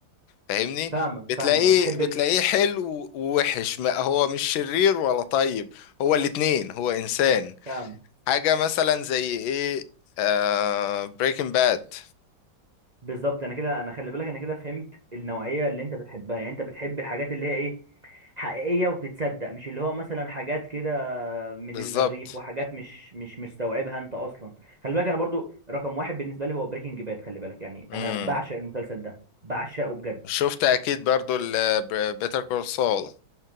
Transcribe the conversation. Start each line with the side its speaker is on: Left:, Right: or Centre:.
Left: فاهمني
Right: فاهمك
Left: بتلاقيه
Right: فاهمك بتحب
Left: بتلاقيه
Right: ال...
Left: حلو ووحش ما هو مش شرير ولا طيب هو الاتنين هو انسان
Right: فاهمك
Left: حاجه مثلا زي ايه آه بريكنج باد
Right: بالظبط انا كده انا خلي بالك انا كده فهمت النوعيه اللي انت بتحبها يعني انت بتحب الحاجات اللي هي ايه حقيقيه وتتصدق مش اللي هو مثلا حاجات كده من
Left: بالظبط
Right: المريخ وحاجات مش مش مستوعبها انت اصلا خلي بالك انا برضو رقم واحد بالنسبه لي هو بريكنج باد خلي بالك يعني
Left: امم
Right: انا بعشق المسلسل ده بعشقه بجد
Left: شفت اكيد برضو بيتر كول سول